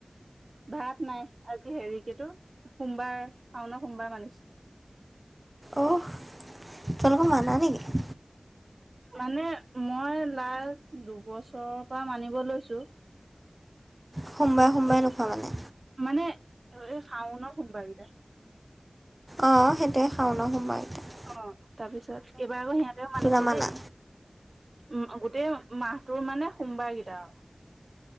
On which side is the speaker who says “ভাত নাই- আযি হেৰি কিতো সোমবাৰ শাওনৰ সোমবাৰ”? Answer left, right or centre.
Right